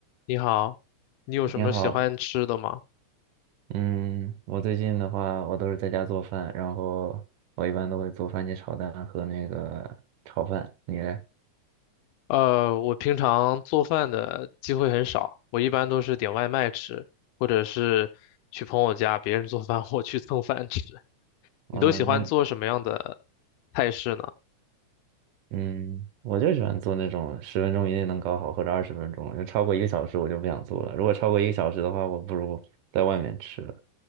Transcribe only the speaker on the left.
你好，你有什么喜欢吃的吗？
呃，我平常做饭的机会很少，我一般都是点外卖吃，或者是去朋友家别人做饭，我去蹭饭吃。
你都喜欢做什么样的
菜式呢？